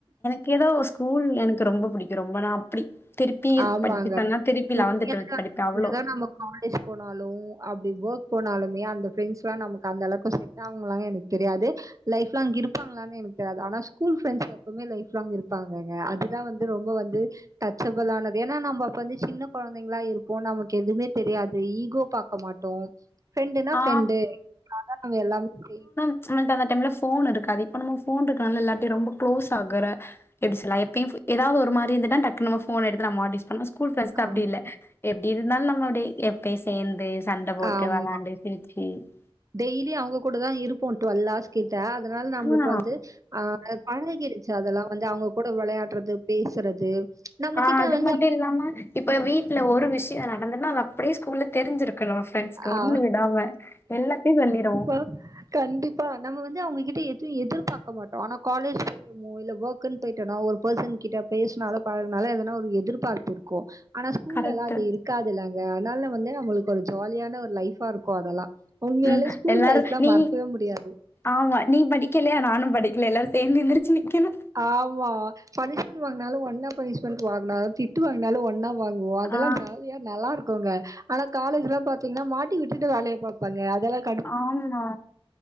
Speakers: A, on the left (about 25°); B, on the right (about 35°).
A: கெதோ ஸ்கூல் எனக்கு ரொம்ப புடிக்கு ரொம்ப நா அப்டி திருப்பி
B: ஆமாங்க.
A: படிக்க சொன்னா திருப்பி லெவன்த்
B: ஏன்னா
A: டுவல்த் படிப்ப அவளோ
B: என்னதான் நம்ம காலேஜ் போனாலு அப்டி ஒர்க் போனாலுமே அந்த ஃப்ரெண்ட்ஸ்லா நமக் அந்த அளவுக்கு செட் ஆகுங்களான்னு எனக்கு தெரியாது லைஃப்லாங் இருப்பாங்களான்னு எனக்கு தெரியாது ஆனா ஸ்கூல் ஃப்ரெண்ட்ஸ் எப்பவுமே லைஃப்லாங் இருப்பாங்கங்க அதுதா வந்து ரொம்ப வந்து டச் சப் பலானது ஏனா நம்போ அப்ப வந்து சின்ன குழந்தைங்களா இருப்போ நமக்கு எதுவுமே தெரியாது ஈகோ பாக்க மாட்டோ ஃப்ரெண்டுனா
A: ஆ
B: ஃப்ரெண்டு அத ந எல்லாமே செய்
A: நம்மல்ட அந்த டைம்ல போன் இருக்காது இப்பலா போன் இருக்கிறனால எல்லாிட்டையு ஆரொம்ப குளோஸ் ஆகுற எப்டி சொல்லா எப்பயு ஏதாவது ஒருமாரி இருந்துனா டக்குன்னு போன் எடுத்து நா மாடிச் ஆனா ஸ்கூல் ஃப்ரெண்ட்ஸ்ட
B: ஆம்
A: அப்டி இல்ல எப்டி இருந்தாலு நம்ம அப்டி எப்பயு சேர்ந்து சண்ட போட்டு
B: ஆமா.
A: வெளாண்டு <unintelligible>
B: டெய்லி அவங்க கூட தா இருப்போ டுவல் ஹவர்ஸ் கிட்ட அதனால நம்மளுக்கு
A: ஆ
B: வந்து ஆ அ பழகிருச்சு அதெல்லா வந்து அவங்க கூட வெளயாடுறது பேசுறது நம்மகிட்ட
A: ஆ அது
B: வந்து
A: மட்டு இல்லாம இப்ப வீட்டுல ஒரு விஷய நடந்தன்னா அது அப்டியே ஸ்கூல்ல தெரிஞ்சிருக்கு பிரண்ட்ஸ்க்கு
B: ஆ
A: ஒன்னு விடாம எல்லாத்தையு பண்ணிடுவோ
B: <unintelligible> கண்டிப்பா நம்ம வந்து அவங்ககிட்ட எது எது எதிர்பார்க்க மாட்டோ ஆனா காலேஜ் போயிட் ஓ இல்ல ஓர்கன்னு போயிட்டனா ஒரு பெர்சன் கிட்ட பேசுனாலோ பழகுனாலோ எதனா ஒரு எதிர்பார்ப்பு இருக்கு ஆனா ஸ்கூல்லலா
A: கரெக்ட்டு
B: அது இருக்காது இல்லங்க அதனால வந்து அவங்களுக்கு ஒரு ஜாலியான ஒரு லைஃபா இருக்கு அதெல்லா உண்மையாலே
A: ம்
B: ஸ்கூல்
A: எல்லாரு
B: லைப்லா
A: நீ
B: மறக்கவே முடியாது
A: ஆமா நீ படி க்கலையா நானும் படிக்கல எல்லாரு சேர்ந்து எந்திரிச்சி நிக்கணு
B: ஆமா பனிஷ்மெண்ட் வாங்குனாலும் ஒன்னா பனிஷ்மெண்ட் வாங்குனு திட்டு வாங்குனாலும் ஒண்ணா வாங்குவோ அதெல்லா
A: ஆ
B: ஜாலியா நல்லா இருக் குங்க ஆனா காலேஜ்லல பாத்தீங்கன்னா மாட்டி விட்டுட்டு வேலய பாப்பாங்க அதெல்லா
A: ஆமா